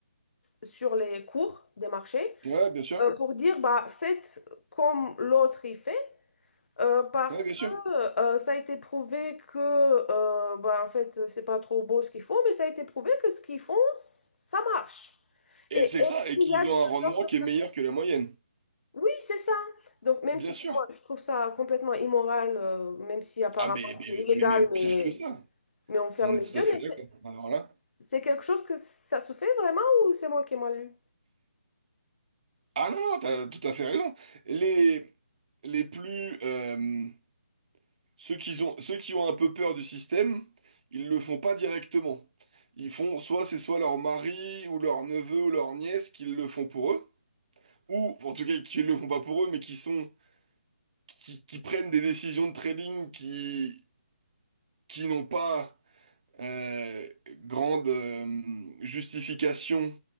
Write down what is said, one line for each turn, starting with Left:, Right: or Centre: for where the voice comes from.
Left: sur les cours des marchés,
Right: ouais, bien sûr.
Left: euh, pour dire, bah, faites comme l'autre y fait. Euh, parce
Right: Ouais, bien
Left: que
Right: sûr.
Left: euh, ça a été prouvé que, euh, bah, en fait, c'est pas trop beau ce qu'ils font, mais ça a été prouvé que ce qu'ils font, ça marche.
Right: Et
Left: Et
Right: c'est
Left: est-ce
Right: ça, et
Left: qu'il
Right: qu'ils
Left: y a de
Right: ont
Left: ce
Right: un rendement
Left: genre de...
Right: qui est
Left: per-
Right: meilleur que la moyenne.
Left: Oui, c'est ça. Donc, même
Right: Bien
Left: si pour
Right: sûr.
Left: moi, je trouve ça complètement immoral, euh, même si apparemment
Right: Ah, mais, mais,
Left: c'est illégal,
Right: mais même
Left: mais,
Right: pire que ça.
Left: mais on ferme
Right: On est
Left: les
Right: tout
Left: yeux,
Right: à fait
Left: mais
Right: d'accord.
Left: c'est
Right: Alors là.
Left: c'est quelque chose que ça se fait vraiment ou c'est moi qui ai mal lu?
Right: Ah non, non, t'as tout à fait raison. Les, les plus. euh, ceux qui ont, ceux qui ont un peu peur du système, ils le font pas directement. Ils font soit c'est soit leur mari ou leur neveu ou leur nièce qui le font pour eux, ou en tout cas qui le font pas pour eux, mais qui sont. qui, qui prennent des décisions de trading qui, qui n'ont pas Euh, grande euh, justification